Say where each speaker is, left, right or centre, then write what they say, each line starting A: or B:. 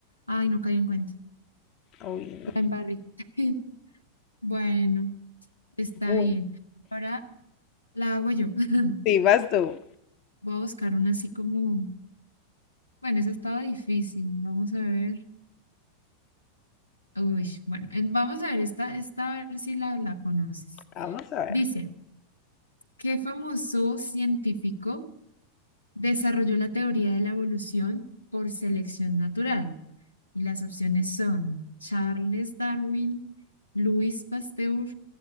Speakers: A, on the left; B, on the left.
A: Ay, no caí en cuenta.
B: Uy, no.
A: La embarré. <laughs> Bueno, está
B: Bu-
A: bien. Ahora la hago yo. <laughs>
B: Sí, vas tú.
A: Voy a buscar una así como, bueno, esa estaba difícil. Vamos a ver. Uy, bueno, en- vamos a ver esta, esta a ver si la, la conoces.
B: Vamos a ver.
A: Dice, ¿qué famoso científico desarrolló la teoría de la evolución por selección natural? Y las opciones son Charles Darwin, Luis Pasteur,